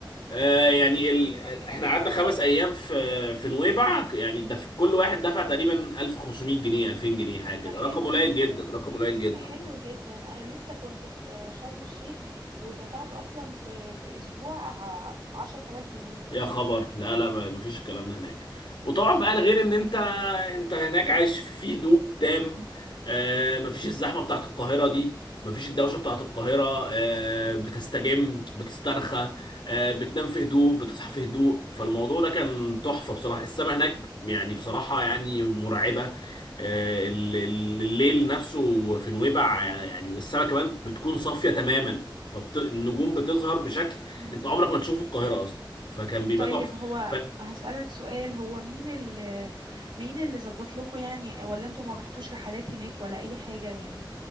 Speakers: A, on the left (about 70°); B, on the right (about 70°).
A: آه يعني ال... احنا قعدنا خمس ايام في في نويبع يعني دف... كل واحد دفع تقريبا 1500 جنيه 2000 جنيه حاجه
B: ده
A: كده
B: حلو
A: رقم قليل
B: جدا
A: جدا رقم قليل جدا
B: ده حلو جدا انا لسه كنت في شرم الشيخ ودفعت اصلا في في اسبوع ع- عشرة آلاف جنيه
A: يا خبر لا لا ما فيش الكلام ده هناك وطبعا بقى غير ان انت انت هناك عايش في هدوء تام آه ما فيش الزحمه بتاعت القاهره دي ما فيش الدوشه بتاعت القاهره آه بتستجم بتسترخى آه بتنام في هدوء بتصحى في هدوء فالموضوع ده كان تحفه بصراحه السما هناك يعني بصراحه يعني مرعبه آه ال- ال- الليل نفسه في نويبع يعني السما كمان بتكون صافيه تماما فالنجوم بتظهر بشكل
B: مم.
A: انت عمرك ما تشوفه في القاهره اصلا فكان بيبقى
B: طيب
A: تحفه
B: هو
A: ف...
B: هسألك سؤال هو مين اللي مين اللي ظبط لكم يعني ولا انتوا ما رحتوش رحلات هناك ولا اي حاجة يعني